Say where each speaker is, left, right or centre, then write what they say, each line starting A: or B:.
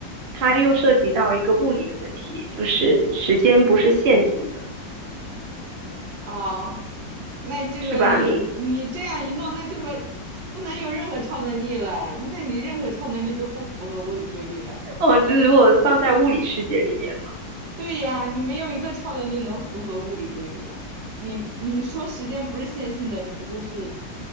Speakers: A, on the right; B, on the right.
A: 它又涉及到一个物理的问题，就是时间不是线性的，
B: 啊，那这个你你这样一弄，
A: 是吧？你
B: 那就没不能有任何超能力了，那你任何超能力都不符合物理规律的。
A: 哦，就是如果放在物理世界里面嘛。
B: 对呀，你没有一个超能力能符合物理规律啊！你你说时间不是线性的，你不就是